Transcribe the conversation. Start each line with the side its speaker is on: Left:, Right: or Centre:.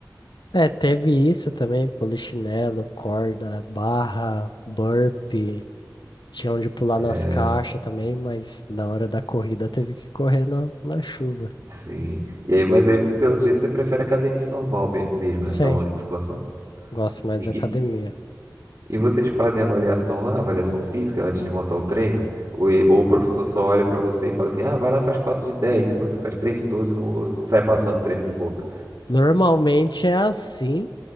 Left: É, teve isso também, polichinelo, corda, barra, burpee. Tinha onde pular
Right: É,
Left: nas caixas também, mas na hora da corrida teve que correr na, na chuva.
Right: Sim. E aí, mas aí, pelo jeito, você prefere academia normal me- mesmo, né?
Left: Sim,
Right: Salão de musculação.
Left: gosto
Right: Sim.
Left: mais da
Right: E,
Left: academia.
Right: E vocês fazem avaliação lá, avaliação física antes de montar o treino? Ou, e- ou o professor só olha pra você e fala assim: ah, vai lá, faz 4 de 10, depois você faz 3 de 12 no outro, e sai passando o treino de boca.
Left: Normalmente é assim,